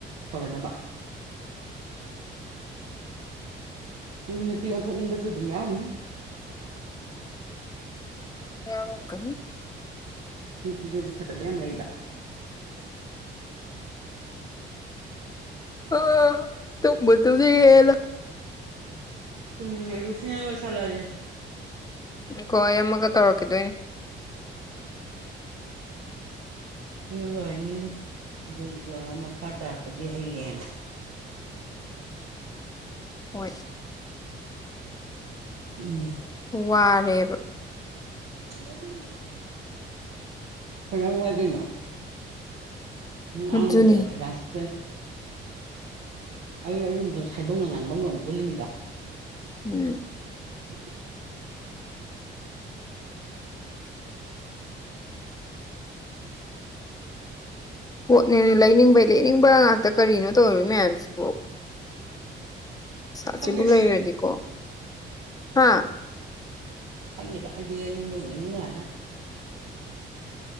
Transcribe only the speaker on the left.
ꯌꯥꯎꯔꯝ ꯀꯅꯤ
ꯑ ꯇꯨꯝꯕꯨ ꯇꯨꯝꯅꯤꯡꯉꯛꯑꯦꯗ
ꯉꯥꯏꯈꯣ ꯑꯩ ꯑꯃꯒ ꯇꯧꯔꯛꯀꯗꯣꯏꯅꯦ
ꯍꯣꯏ
ꯋꯥꯔꯦꯕ
ꯑꯗꯨꯅꯤ
ꯎꯝ
ꯄꯣꯠꯅꯦꯅ ꯂꯩꯅꯤꯡꯕꯩ ꯂꯩꯅꯤꯡꯕ ꯉꯥꯛꯇ ꯀꯔꯤꯅꯣ ꯇꯧꯔꯤꯕ ꯃꯌꯥꯝꯁꯤꯕꯨ ꯄꯩꯁꯥꯁꯤꯕꯨ
ꯂꯩꯔꯗꯤꯀꯣ
ꯍꯥ